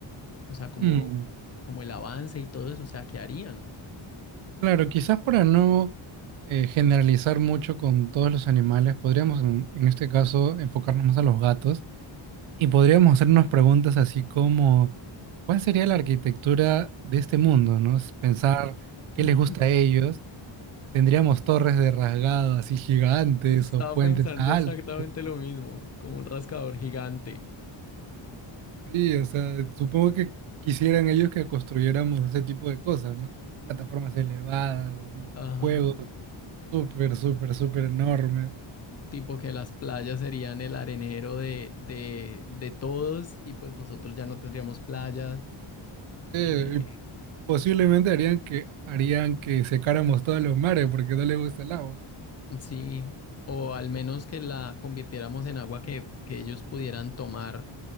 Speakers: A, on the left; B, on the right.
A: O sea, como,
B: Mm,
A: como el avance y todo eso, o sea, ¿qué harían?
B: claro, quizás para no eh, generalizar mucho con todos los animales, podríamos en, en este caso enfocarnos más a los gatos. Y podríamos hacernos preguntas así como, ¿cuál sería la arquitectura de este mundo, no? Es Pensar qué
A: <laughs>
B: les gusta a ellos. Tendríamos torres de rasgado así gigantes
A: Estaba
B: o puentes
A: pensando
B: altos.
A: exactamente lo mismo, como un rascador gigante.
B: Sí, o sea, supongo que quisieran ellos que construyéramos ese tipo de cosas, ¿no? Plataformas elevadas, así,
A: Ajá.
B: juegos súper, súper, súper enormes.
A: Tipo que las playas serían el arenero de, de, de todos y pues nosotros ya no tendríamos playas.
B: Eh,
A: Eh,
B: y posiblemente harían que, harían que secáramos todos los mares porque no les gusta el agua.
A: sí. O al menos que la convirtiéramos en agua que, que ellos pudieran tomar.